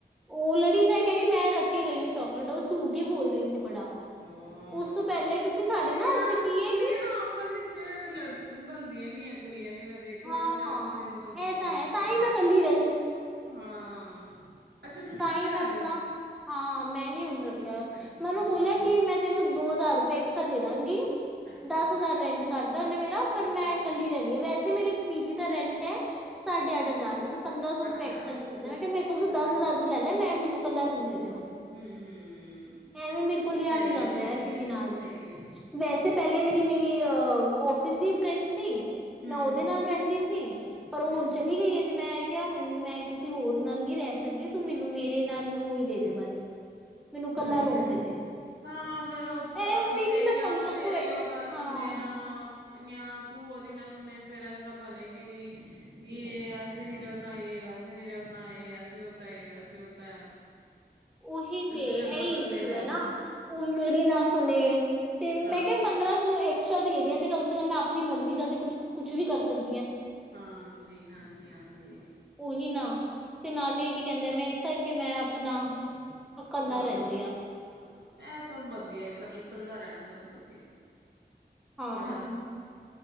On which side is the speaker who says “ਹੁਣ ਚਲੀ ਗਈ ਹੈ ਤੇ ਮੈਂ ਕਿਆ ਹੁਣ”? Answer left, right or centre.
Centre